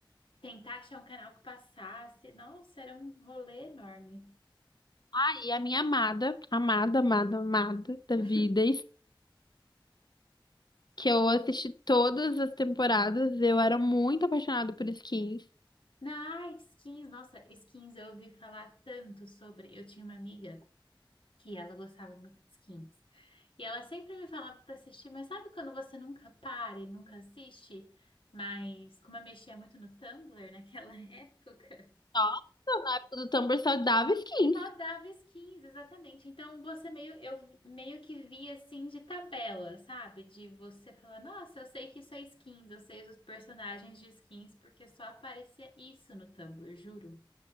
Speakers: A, on the left (about 80°); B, on the left (about 55°).
A: tentar achar um canal que passasse. Nossa, era um rolê enorme.
B: <laughs> Aí a minha amada, amada, amada, amada da
A: <laughs>
B: vida, que eu assisti todas as temporadas, eu era muito apaixonada por skins.
A: Na skins, nossa, skins eu ouvi falar tanto sobre. Eu tinha uma amiga que ela gostava muito de skins. E ela sempre me falava para assistir, mas sabe quando você nunca para e nunca assiste? Mas como eu mexia muito no Tumblr naquela <laughs> época,
B: Nossa, na época do Tumblr só dava skins.
A: só dava skins, exatamente. Então você meio, eu vi- meio que via assim de tabela, sabe? De você falar, nossa, eu sei que isso é skins, eu sei os personagens de skins, porque só aparecia isso no Tumblr, juro.